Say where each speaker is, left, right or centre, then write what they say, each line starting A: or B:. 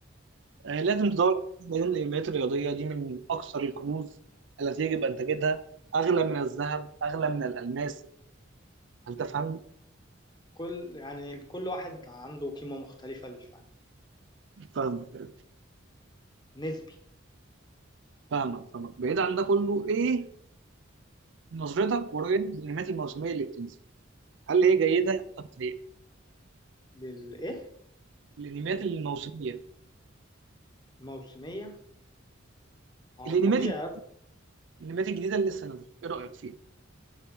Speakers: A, on the right; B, on the left.
A: يعني لازم تدور لان الانميات الرياضيه دي من اكثر الكنوز التي يجب ان تجدها اغلى من الذهب اغلى من الالماس هل تفهم
B: كل يعني كل واحد عنده قيمة مختلفة للفن
A: فاهمك
B: نسبي
A: فاهمك فاهمك بعيد عن ده كله ايه نظرتك ورؤيتك للانميات الموسميه اللي بتنزل هل هي جيده ام سيئه
B: للايه
A: الانميات الموسميه
B: الموسمية ما هو
A: الانميات
B: طبيعي
A: الج- الانميات الجديده اللي لسه نازله ايه رايك فيها